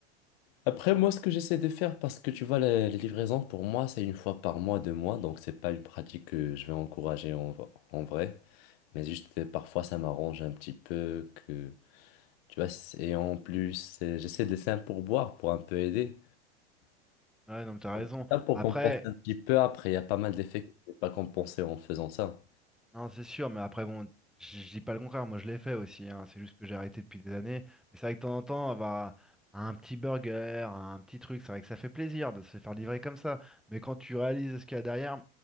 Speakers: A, on the left; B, in the centre.
A: Après, moi, ce que j'essaie de faire, parce que tu vois, les, les livraisons, pour moi, c'est une fois par mois, deux mois, donc c'est pas une pratique que je vais encourager en, v- en vrai, mais juste euh, parfois, ça m'arrange un petit peu que, tu vois, c'est- et en plus, euh, j'essaie de laisser un pourboire pour un peu aider.
B: Ouais, non, mais t'as
A: Donc,
B: raison.
A: c'est ça pour
B: Après.
A: compenser un petit peu, après, il y a pas mal d'effets que je n'ai pas compensé en faisant ça.
B: Non, c'est sûr, mais après, bon, je je dis pas le contraire, moi je l'ai fait aussi, hein, c'est juste que j'ai arrêté depuis des années. Mais c'est vrai que de temps en temps, avoir un petit burger, un petit truc, c'est vrai que ça fait plaisir de se faire livrer comme ça. Mais quand tu réalises ce qu'il y a derrière,